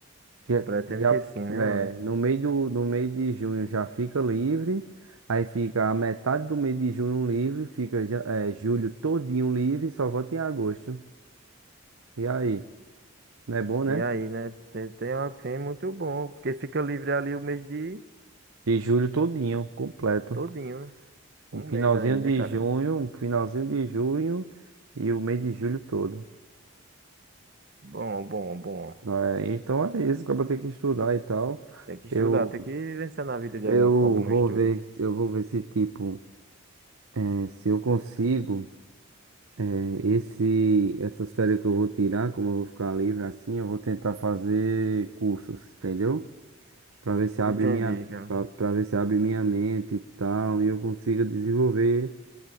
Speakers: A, on the right (about 80°); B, on the right (about 50°).
A: Já,
B: Pretendo
A: já,
B: que sim, né,
A: é,
B: mano?
A: no meio do, no meio de junho já fica livre, aí fica a metade do mês de junho livre, fica ja- é, julho todinho livre, só volta em agosto. E aí? Não é bom, né?
B: E aí, né? Tem, tem, tem muito bom, porque fica livre ali o mês de
A: E julho todinho, completo.
B: todinho, né?
A: Um
B: Um
A: finalzinho
B: mês aí, né,
A: de
B: cara?
A: junho, um finalzinho de junho e o mês de julho todo.
B: Bom, bom, bom.
A: É, então é isso, acaba ter que estudar e tal.
B: Tem que estudar,
A: Eu,
B: tem que vencer na vida de
A: eu
B: alguma forma no
A: vou
B: estudo.
A: ver, eu vou ver se tipo, eh, se eu consigo. É, esse, essas férias que eu vou tirar, como eu vou ficar livre assim, eu vou tentar fazer cursos, entendeu? Para ver se abre
B: Entendi,
A: minha,
B: cara.
A: para ver se abre minha mente e tal, e eu consiga desenvolver